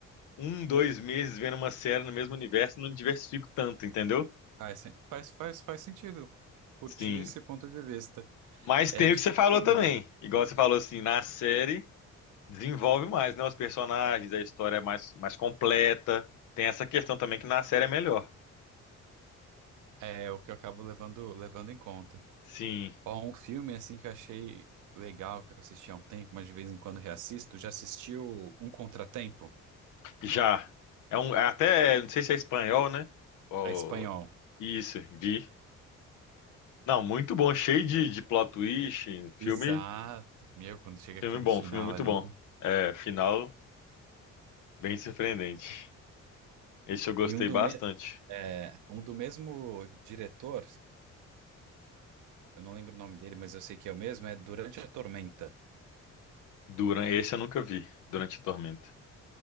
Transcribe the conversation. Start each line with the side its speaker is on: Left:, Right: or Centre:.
Left: um, dois meses vendo uma série no mesmo universo e não diversifico tanto, entendeu?
Right: Faz, sen- faz, faz, faz sentido. Curti
Left: Sim.
Right: esse ponto de vista.
Left: Mas
Right: É
Left: tem
Right: difícil
Left: o que você falou
Right: filme.
Left: também. Igual você falou assim, na série. Desenvolve mais, né? Os personagens, a história é mais, mais completa. Tem essa questão também que na série é melhor.
Right: É o que eu acabo levando, levando em conta.
Left: Sim,
Right: Ó, um filme assim que eu achei legal, que eu assisti há um tempo, mas de vez em quando reassisto. Já assistiu Um Contratempo?
Left: já. É um, é até, não sei se é espanhol, né? Ou-
Right: É espanhol.
Left: isso, vi. Não, muito bom, cheio de, de plot twist. Filme,
Right: Exato. Meu, quando chega
Left: filme
Right: aquele
Left: bom,
Right: final
Left: filme muito
Right: ali.
Left: bom. É, final bem surpreendente. Esse eu gostei
Right: E um do,
Left: bastante.
Right: me... é, um do mesmo diretor, eu não lembro o nome dele, mas eu sei que é o mesmo, é Durante a Tormenta.
Left: Durante, esse eu nunca vi, durante a Tormenta.